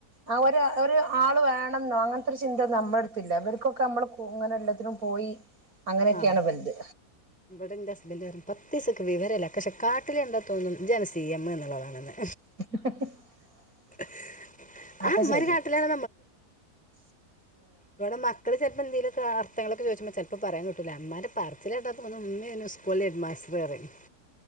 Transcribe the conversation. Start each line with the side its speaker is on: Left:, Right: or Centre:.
Right: ആ ഒരു ആള് വേണം എന്നോ അങ്ങനത്തെൊ ഒരു ചിന്ത നമ്മുടെ അടുത്തില്ല അവർക്കൊക്കെ നമ്മള് ഇങ്ങനെ എല്ലാത്തിനും പോയി അങ്ങനെയൊക്കെയാണ്
Centre: ആഹ്
Right: ഇവൽത്
Centre: ഇവിടെ ഇന്റെ ഹസ്ബൻ്റ പറയും പത്ത് പൈസക്ക് വിവരല്ല പക്ഷെ കാട്ടിലു കണ്ടാ തോന്നും ഇജ്ജാണ് സി എം എന്നുള്ളത് എന്ന്
Right: <unintelligible>
Centre: <inaudible>
Right: അതക്കെ
Centre: ആ ഇമ്മാരി
Right: ശരി
Centre: കാട്ടിലാണ്
Right: ഉം
Centre: ഇവടെ മക്കള് ചെൽപ്പ എന്തേലൊക്ക അർത്ഥങ്ങളൊക്ക ചോയിച്ച്മ്പോ ചെൽപ്പ പറയാം കിട്ടുല ഇമ്മാൻ്റെ പർച്ചില് കേട്ടാ തോന്നും ഇമ്മേണ് ഓലെ ഹെഡ്മാസ്റ്ററ് പറയും.